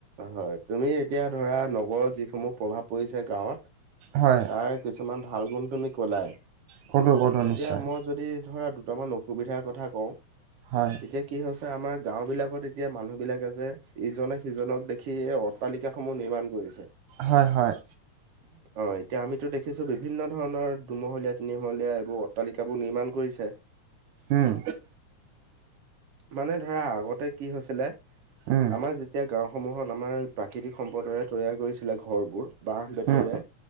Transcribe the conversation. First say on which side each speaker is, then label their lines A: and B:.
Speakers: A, on the right; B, on the right.
A: হয়, তুমি এতিয়া ধৰা, নগৰৰ যিসমূহ প্ৰভাৱ পৰিছে, গাঁৱত
B: হয়
A: তাৰ, কিছুমান ভাল গুণ তুমি কলাই
B: ক'লো ক'লো
A: এতিয়া,
B: নিশ্চয়
A: মই যদি ধৰা দুটামান অসুবিধাৰ কথা কওঁ।
B: হয়
A: এতিয়া কি হৈছে, আমাৰ গাঁও বিলাকত, এতিয়া মানুহ বিলাকে যে, ইজনে সি সিজনক দেখি, এই অট্টালিকা সমূহ নিৰ্মাণ কৰিছে।
B: হয় হয়
A: অ', এতিয়া আমিতো দেখিছো বি ভিন্ন ধৰণৰ, দুমহলীয়া, তিনিমহলীয়া এইবোৰ অট্টালিকাবোৰ নিৰ্মাণ কৰিছে।
B: উম
A: মানে ধৰা, আগতে কি হৈছিলে,
B: উম
A: আমাৰ এতিয়া গাওঁসমূহত, আমাৰ প্ৰাকৃতিক সম্পদৰে তৈয়াৰ কৰিছিলে ঘৰবোৰ, বাঁহ, বেতেৰে
B: উম